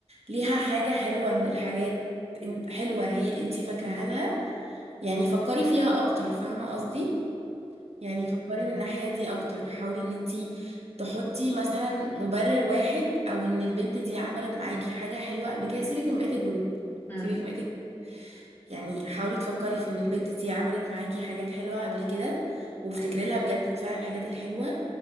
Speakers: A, on the right; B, on the left.
A: ليها حاجه حلوه من الحاجات إن- حلوه هي انتي فاكراها لها يعني فكري فيها اكتر فاهمه قصدي يعني فكري
B: فهميكي.
A: من الناحيه دي اكتر حاولي ان انتي تحطي مثلا مبرر واحد او ان البنت دي عملت معاكي حاجه حلوه قبل كده سيبك من بقيه الجروب
B: مم.
A: سيبك من بقيه يعني حاولي تفكري في ان البنت دي عملت معاكي حاجات حلوة قبل كده وافتكري
B: ايوه
A: لها بجد فعلا الحاجات الحلوة